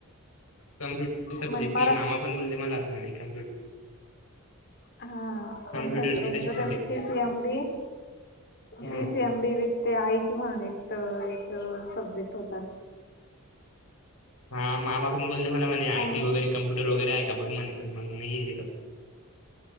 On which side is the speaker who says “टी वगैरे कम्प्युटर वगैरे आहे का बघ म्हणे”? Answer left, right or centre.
Left